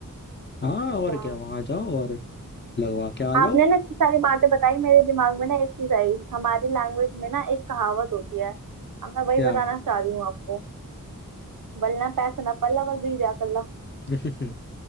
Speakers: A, on the left; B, on the right.
A: हाँ
B: अच्छा
A: और क्या वहां जाओ और लगवा के आ
B: आपने
A: जाओ
B: ना इतनी सारी बातें बताई मेरे दिमाग में ना एक चीज आई हमारी लैंग्वेज में ना एक कहावत होती है अब मैं वही
A: क्या
B: बताना चाह रही हूँ आपको बल्ला पैसा ना पल्ला बल दुई ब्याह कल्ला
A: <laughs>